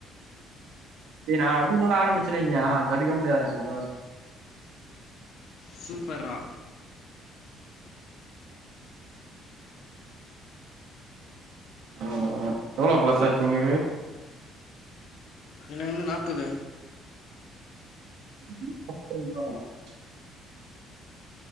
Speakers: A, on the right (about 80°); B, on the left (about 65°).
A: ஏ நா அடிக்ன்னு ஆரம்பிச்சன் வெய்யா தடுக்கவே முடியாதுடா என்ன
B: சூப்பர் ரா
A: ஆ எவ்ளோ ப்ளஸ் ஆச்சு உனக்கு
B: எனக் வந்து நாப்பது
A: <inaudible>